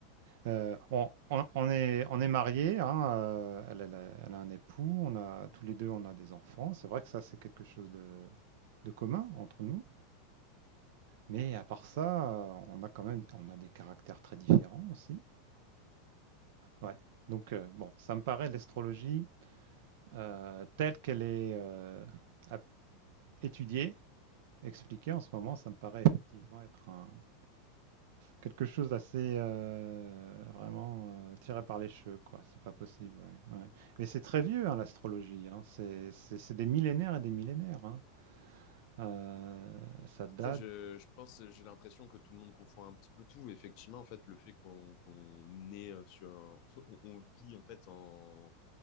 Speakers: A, on the right; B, on the left.
A: Euh, on, on- on est, on est mariés, hein, euh, elle, elle a, elle a un époux, on a, tous les deux on a des enfants, c'est vrai que ça c'est quelque chose de de commun entre nous. Mais à part ça, euh, on a quand même on a des caractères très différents aussi. Ouais. Donc, euh, bon, ça me paraît l'astrologie euh, telle qu'elle est euh, ap- étudiée, expliquée en ce moment, ça me paraît effectivement être un, quelque chose d'assez euh, vraiment euh, tiré par les cheveux, quoi. C'est pas possible. ouais, ouais. Mais c'est très vieux, hein, l'astrologie. hein. C'est, c'est- c'est des millénaires et des millénaires. hein. Euh,
B: Ouais.
A: ça
B: Après,
A: date.
B: je, je pense, j'ai l'impression que tout le monde confond un petit peu tout. Effectivement, en fait, le fait qu'on qu'on est euh, sur, <laughs> on, on vit en fait en